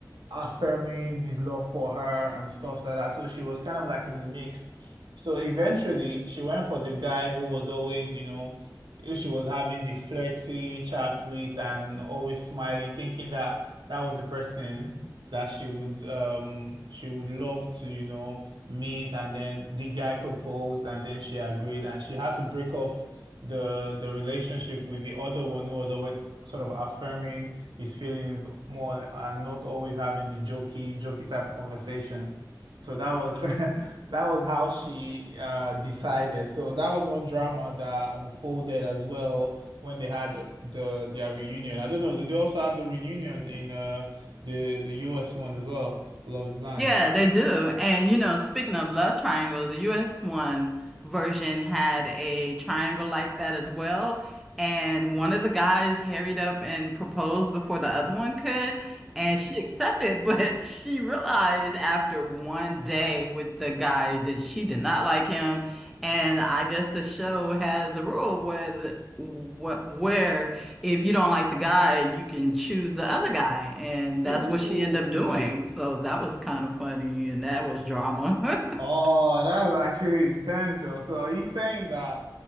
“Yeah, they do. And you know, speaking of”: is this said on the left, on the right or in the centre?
Centre